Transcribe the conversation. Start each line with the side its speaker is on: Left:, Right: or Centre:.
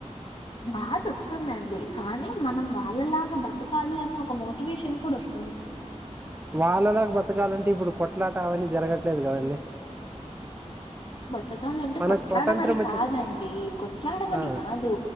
Left: బాధ వస్తుందండి కానీ మనం బా వాళ్ళలాగా బతకాలి అన్న ఒక మోటివేషన్ కూడా వస్తుంద్
Right: వాళ్ళలాగా బతకాలంటే ఇప్పుడు కొట్ట అట్లా అవన్నీ జరగట్లేదు కదండీ
Left: తగాలంటే
Right: మనకు
Left: కొట్లాడమని
Right: స్వాతంత్రం వచ్చి
Left: కాదండి కొట్లాడమని
Right: ఆ
Left: కాదు